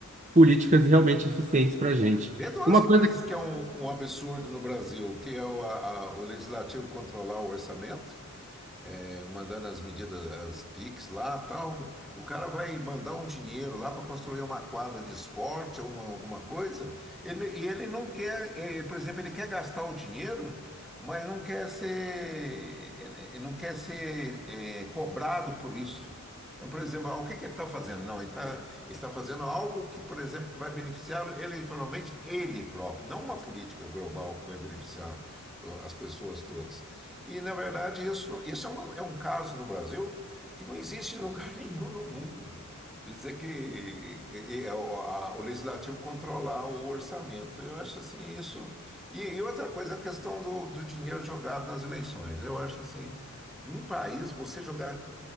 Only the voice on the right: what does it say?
políticas realmente eficientes para a gente.
Uma
coisa que,